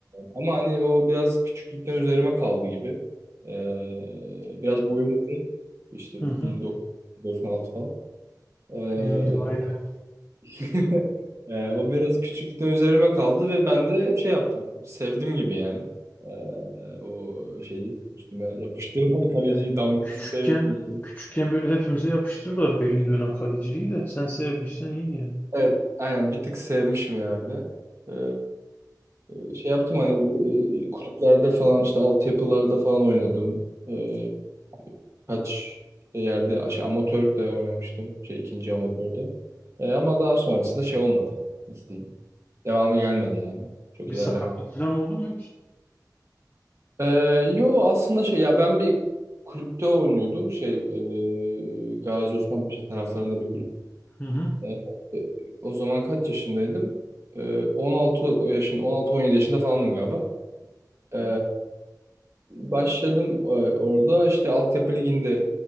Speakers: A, on the right; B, on the left.
A: ama hani o biraz küçüklükten üzerime kaldı gibi. Ee, biraz boyum uzun. İşte
B: Hı hı.
A: 1.96 falan. Ee,
B: Ee, vay be.
A: <laughs> ee, o biraz küçüklükten üzerime kaldı ve ben de şey yaptım. Sevdim gibi yani. Ee, o şeyi üstüme yapıştırılan kaleci
B: Ya
A: <laughs> damgasını
B: küçükken
A: sevdim.
B: küçükken böyle hepimize yapıştırırlar belli dönem kaleciliği de. Sen sevmişsen iyi yani.
A: Evet, aynen bir tık sevmişim herhalde. Ee, e, şey yaptım hani e, kulüplerde falan işte altyapılarda falan oynadım. Ee, kaç yerde şey, amatör de oynamıştım. Şey ikinci amatörde. Ee, ama daha sonrasında şey olmadı. Nasıl diyeyim? Devamı gelmedi yani. Çok
B: Bir
A: ilerlemedi.
B: sakatlık falan oldu mu yoksa?
A: Ee, yo aslında şey ya ben bir kulüpte oynuyordum. Şey e, Gazi Osman Paşa taraflarında bir kulüp
B: Hı hı.
A: Ee, E, O zaman kaç yaşındaydım? E, 16 yaşında, 16-17 yaşında falandım galiba. E, başladım e, orada işte altyapı liginde